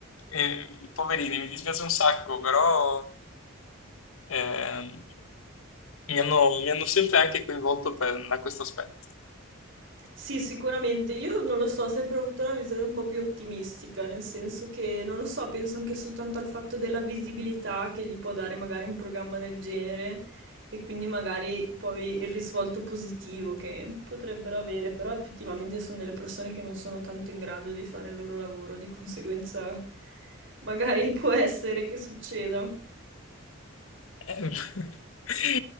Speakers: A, on the left; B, on the right.
A: e, poverini, mi dispiace un sacco, però Ehm, mi hanno, mi hanno sempre anche coinvolto per- da questo aspetto.
B: Sì, sicuramente. Io non lo so, ho sempre avuto una visione un po' più ottimistica, nel senso che, non lo so, penso anche soltanto al fatto della visibilità che gli può dare magari un programma del genere e quindi magari poi il risvolto positivo che potrebbero avere, però effettivamente sono delle persone che non sono tanto in grado di fare il loro lavoro, di conseguenza magari può essere che succeda.
A: Eh, <laughs>